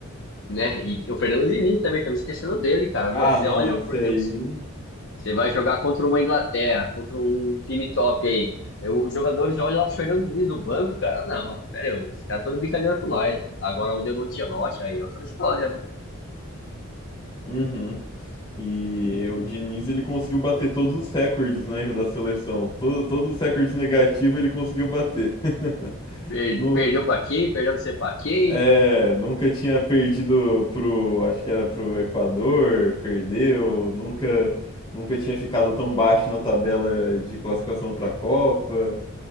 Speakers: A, on the left (about 55°); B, on the left (about 25°).
A: né? E o Fernando Diniz também, estamos esquecendo dele, cara.
B: Ah,
A: Meu, você
B: não,
A: olha,
B: esse
A: por
B: aí.
A: exemplo, você você vai jogar contra uma Inglaterra, contra um time top aí. Aí os jogadores olham lá pro Fernando Diniz do banco, cara. Não, pera, aí, os caras estão de brincadeira com nós, né? Agora olhando o Ancelotti, aí é outra história, né?
B: Uhum. E o Diniz ele conseguiu bater todos os recordes, né, da seleção. Todo- todos os recordes negativos ele conseguiu bater. <laughs>
A: Per-
B: No-
A: Perdeu pra quem? Perdeu não sei pra quem?
B: É, nunca tinha perdido pro, acho que era pro Equador, perdeu, nunca, nunca tinha ficado tão baixo na tabela de classificação pra Copa.